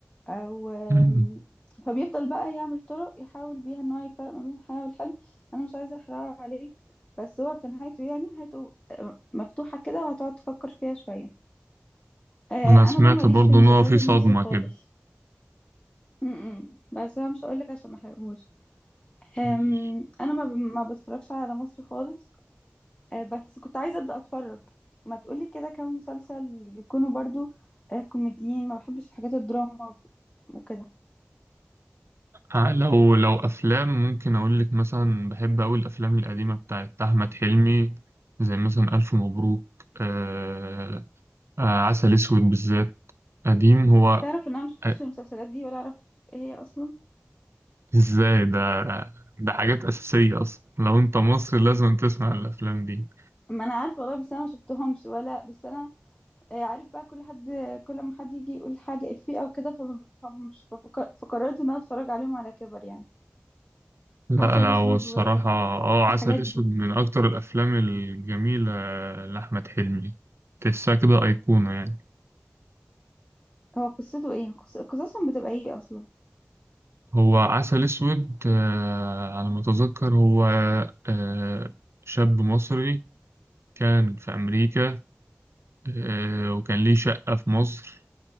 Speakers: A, on the left; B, on the right.
A: او آم،
B: مم.
A: فبيفضل بقى يعمل طرق يحاول بيها ان هو يفرق ما بين الحياة والحلم انا مش عايزة احرق عليك بس هو في نهايته يعني نهايته آه، مفتوحة كده وهتقعد تفكر فيها شوية آه،
B: أنا سمعت
A: انا بقى ماليش
B: برضه
A: في المسلسلات
B: إن هو في
A: المصري
B: صدمة
A: خالص
B: كده
A: م -م. بس انا مش هقولك عشان ما احرقهوش أم،
B: ماشي.
A: انا ما ب- ما بتفرجش على مصري خالص أه، بس كنت عايزه ابدا اتفرج ما تقولي كده كام مسلسل يكونوا برضو أه، كوميديين ما بحبش الحاجات الدراما وكده
B: آه، لو لو أفلام ممكن أقول لك مثلا بحب أوي الأفلام القديمة بتاعت أحمد حلمي زي مثلا ألف مبروك آه آه عسل أسود بالذات قديم هو
A: تعرف ان انا مش شفتش
B: آه،
A: المسلسلات دي ولا اعرف ايه هي اصلا
B: إزاي ده ده حاجات أساسية أصلا لو أنت مصري لازم تسمع الأفلام دي
A: ما انا عارفه والله بس انا ما شفتهمش ولا بس انا آه، عارف بقى كل حد كل ما حد يجي يقول حاجه افيه او كده فما بفهمش ففك- فقررت ان انا اتفرج عليهم على كبر يعني
B: لا
A: عسل
B: لا
A: اسود
B: هو الصراحة
A: والحاجات
B: اه عسل أسود
A: دي
B: من أكتر الأفلام الجميلة لأحمد حلمي تحسها كده أيقونة يعني
A: هو قصته ايه قص- قصصهم بتبقى ايه اصلا
B: هو عسل أسود آه، على ما أتذكر هو آه، شاب مصري كان في أمريكا آه، وكان ليه شقة في مصر